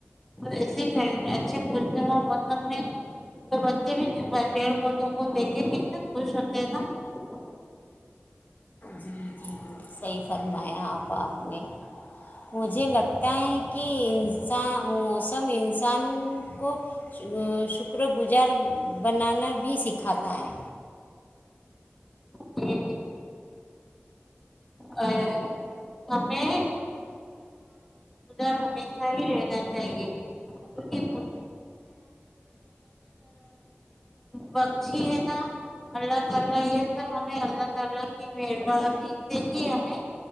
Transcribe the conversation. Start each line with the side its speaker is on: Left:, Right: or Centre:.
Centre: ایے اچھے پچتے وہ موسم میں تو بچے بھی پیڑ پودوں کو دیکھ کے کتنے خوش ہوتے ہیں نا
Left: جی جی صحیح فرمایں آپ آپ نے مجھے لگتا ہے کہ انسان موسم انسان کو شکر گزار بنانا بھی سکھاتا ہے
Centre: جی اے ہمیں اور ہمیشہ ہی رہنا چاہیے کیونکہ بچی ہیں نا اللہ تعالی یہ سب ہمیں اللہ تعالی کی مہربانی سے ہی ہمیں